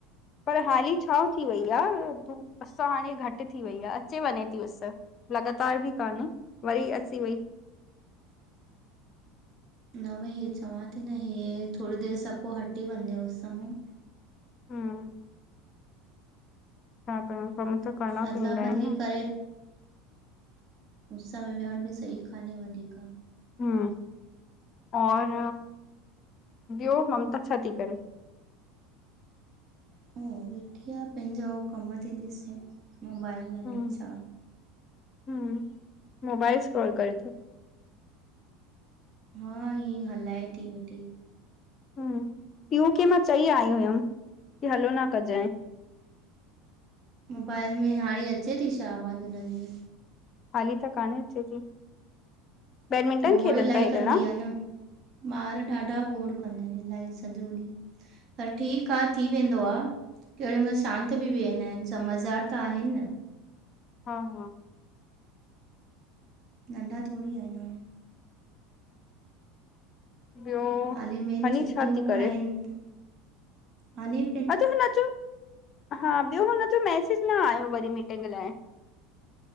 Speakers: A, on the left (about 40°); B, on the right (about 45°).
A: पर हाली छांव थी वई आ, धूप उस हाणे घटि थी वई आ, अचे वञे थी उस। लॻातार बि कान्ह, वरी अची वई।
B: न वेह हे चवां थी न, हे थोरी देरि सां पोइ हटी वञ जंहिं उस मां।
A: हम्म छा कयां, कम त करिणा
B: अदला
A: पवंदा
B: बदली
A: आहिनि न
B: करे उस में वेयण बि सही कान्हे वधीक।
A: हम्म, और ॿियो ममता छा थी करे?
B: अऊं वेठी आ, पंहिंजो कम थी ॾिसे मोबाइल में। अलाए
A: हम्म,
B: छा
A: हम्म मोबाइल सक्रोल करे थो।
B: हा, ईअं ई हलाए थी वेठी।
A: हम्म, पीयू के मां चई आई हुयमि की हलो न कजाएं।
B: मोबाइल में हाणे अचे थी छा, आवाज़ हुनजी?
A: हाली त कान अचे थी, बैडमिंटन
B: गोड़
A: खेॾनि
B: इलाही
A: था हे
B: कंदी
A: ॼणा?
B: आहे न ॿार ॾाढा गोडु कंदा आहिनि, इलाही सॼो ॾींहुं। पर ठीकु आ, थी वेंदो आ केॾी महिल शांत बि वेहंदा आहिनि समझदार त आहिनि न
A: हा हा
B: नंढा थोरई आहिन हाणे
A: ॿियो
B: हाली मेन
A: हनी
B: छुटियूं
A: छा थी करे
B: आहिनि हानी
A: अॼु हुनजो, हा ॿियो हुनजो मैसेज न आयो वरी मीटिंग लाइ